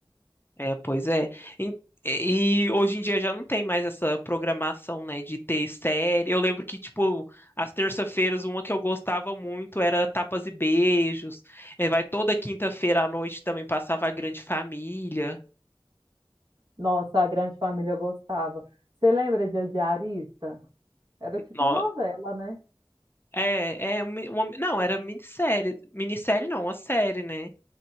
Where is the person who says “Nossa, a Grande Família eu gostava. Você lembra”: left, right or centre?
Right